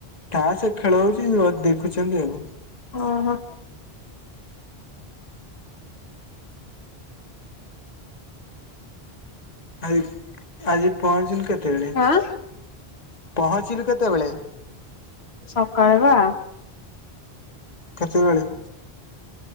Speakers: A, on the left; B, on the left.
A: ତାସେ ଖେଳ ହଉଛି ଦେଖୁଛନ୍ତି ଆଉ।
B: ଓ ହୋ।
A: ଆଜି ଆଜି ପହଞ୍ଚିଲୁ କେତେବେଳେ
B: ଆଁ
A: ପହଞ୍ଚିଲୁ କେତେବେଳେ?
B: ସକାଳେ ବା।
A: କେତେବେଳେ?